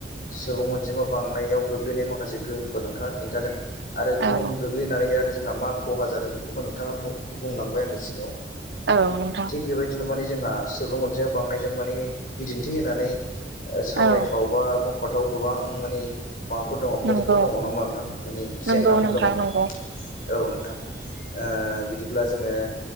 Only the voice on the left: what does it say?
सुबुं अनजिमा बांनायाव गोग्लैनाय माखासे गोहोमफोर नोंथाङा खिन्थादों आरो
गोहोम गोग्लैनानै आरो जोंहा मा खहा जादों बेखौबो नोंथाङा बुं-बुंलांबाय आंनि सिगाङाव
थिग बेबायदि माने जोंहा सुबुं अनजिमा बांनायजों माने बिदिन्थि होनानै ओ
<unintelligible> <unintelligible> गोबां माने माबाफोर दङ खोथाफोर
दङ नङा होमबा नोंथां माने जेंनाफोर
दङ औ
नोंथां ओ बिदिब्ला जोङो